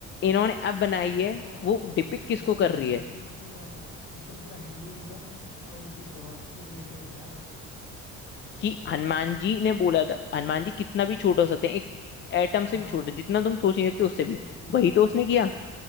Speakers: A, on the left; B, on the left.
A: इन्होंने अब बनाई है
B: ओ
A: वो डिपिक्ट
B: एग्जैक्टली
A: किसको कर
B: exactly,
A: रही है
B: ये चीज तो सही बात है एकदम पूरा हिंदुइज्म और इनके गॉड से रिलेटेड है यार ये तो
A: कि हनुमान जी ने बोला था हनुमान जी कितना भी छोटा हो सकते हैं एक एटम
B: हाँ
A: से भी छोटे
B: हाँ
A: जितना तुम सोच नहीं सकते
B: एग्जैक्टली
A: उससे भी
B: exactly.
A: वही तो उसने किया